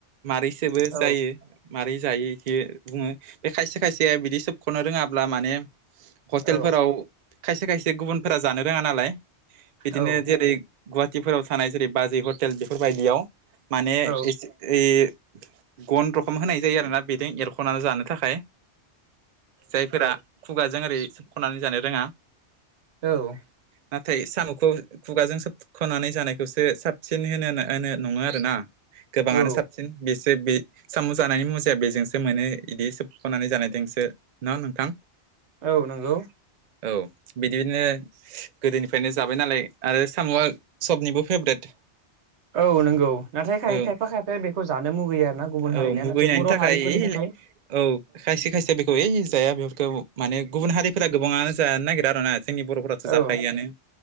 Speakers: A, on the right (about 55°); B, on the right (about 75°).
A: मारैसोबो
B: औ
A: जायो माबारै जायो इखो बुङो बे खायसे खायसे बिदि सोबख'नो रोङाब्ला माने हटेलफोराव
B: औ
A: खायसे खायसे गुबुनफोरा जानो रोङा नालाय बिदिनो
B: औ
A: जेरै गुवाहाटिफोराव थानाय जेरै बाजै हटेल बेफोरबायदियाव माने
B: औ
A: एसे यै गन रखम होनाय जायो आरोना बेदों एरख'नानै जानो थाखाय जायफोरा खुगाजों ओरै सोबख'नानै जानो रोङा।
B: औ
A: नाथाय साम'खौ खुगाजों सोब ख'नानै जानायखौसो साबसिन होनो होनो नङो आरो ना गोबाङानो
B: औ
A: साब सिन बेसो बे सामु जानायनि मुजाया बेजोंसो मोनो इदि सोबख'नानै जानायदोंसो ना नोंथां?
B: औ नंगौ।
A: औ बिदिनो गोदोनिफ्रायनो जाबाय नालाय आरो साम'आ सबनिबो फेभरेट।
B: औ नंगौ नाथाय खाय
A: औ
B: खायफा खायफाया बेखौ जानो मुगैयो आरो ना गुबुन
A: औ
B: हारिनिया
A: मुगैनायनि
B: नाथाय बर'
A: थाखाय
B: हारिफोरनि थाखाय
A: औ खायसे खायसे बेखौ ओइ जाया बेफोरखौ माने गुबुन हारिफोरा गोबाङानो जानो नागिरा आरोना जोंनि बर'फोराथ'
B: औ
A: जाखायोआनो